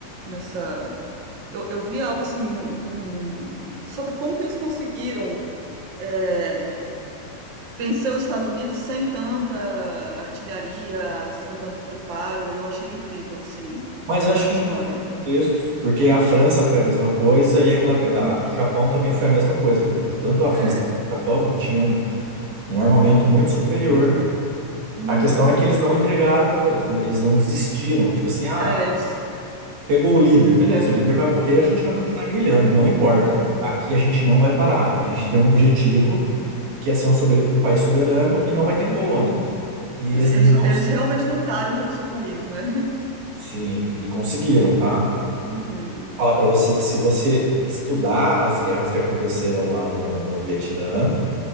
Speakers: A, on the right; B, on the right.
A: Nessa. Eu, eu vi algo assim, um, um- um, sobre como que eles conseguiram eh, vencer os Estados Unidos sem tanta artilharia, sem tanto preparo. Eu achei incrível, assim,
B: Mas eu acho
A: a
B: que
A: história.
B: em todos os contextos, porque a França foi a mesma coisa e a Inglaterra,
A: Uhum,
B: a- o Japão também foi a mesma coisa. O- Tanto a França
A: é,
B: quanto o Japão tinham um um armamento muito superior.
A: uhum,
B: A questão é que eles não entregaram ouro, eles não, eles não desistiram. Tipo assim, ah,
A: é, eles.
B: Pegou o líder, beleza, o líder vai morrer, a gente vai continuar guerrilhando, não importa.
A: Uhum.
B: Aqui a gente não vai parar. A gente tem um objetivo que é ser um, sober- um país soberano e não vai
A: Uhum.
B: ter colônia. E eles
A: É,
B: não
A: eles, eles
B: se...
A: realmente lutaram pelo seu país, né? <laughs>
B: Sim, e conseguiram, tá?
A: Uhum,
B: Falar pra você que se você estudar as guerras que aconteceram lá no, no Vietnã,